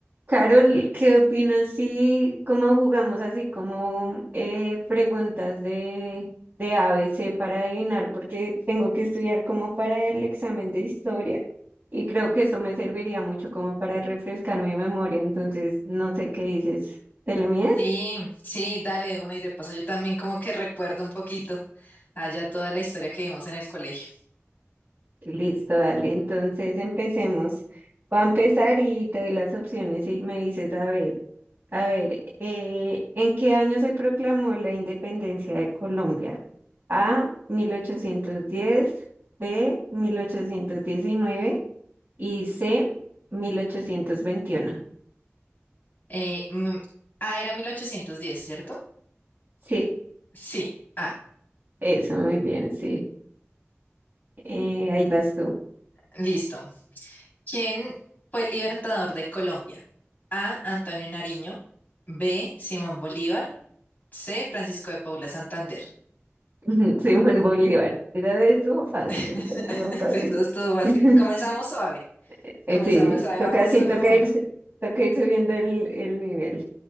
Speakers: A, on the right; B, on the left.
A: Carol, ¿qué opinas si como jugamos así como eh, preguntas de, de A B C para adivinar? Porque tengo que estudiar como para el examen de historia y creo que eso me serviría mucho como para refrescar mi memoria. Entonces, no sé qué dices. ¿Te le mides?
B: Sí, sí, dale de una y de paso yo también como que recuerdo un poquito allá toda la historia que vimos en el colegio.
A: Listo, dale. Entonces, empecemos. Voy a empezar y te doy las opciones y me dices, a ver, a ver, eh, ¿en qué año se proclamó la independencia de Colombia? A, mil ochocientos diez B, mil ochocientos diecinueve y C, mil ochocientos veintiuno
B: Eh, mm, ah, era 1810, ¿cierto?
A: Sí,
B: Sí. Ah,
A: eso, muy bien, sí. Eh, ahí vas tú,
B: listo. ¿Quién fue el libertador de Colombia? A. Antonio Nariño. B. Simón Bolívar. C. Francisco de Paula Santander.
A: <laughs> Simón Bolívar. Esa estuvo fácil,
B: <laughs>
A: esa estuvo fácil.
B: Sí, Eso estuvo así.
A: <laughs>
B: Comenzamos suave.
A: Eh,
B: Comenzamos
A: sí,
B: suave.
A: toca,
B: Vamos
A: sí,
B: uno
A: toca
B: a uno.
A: ir, toca ir subiendo el, el nivel.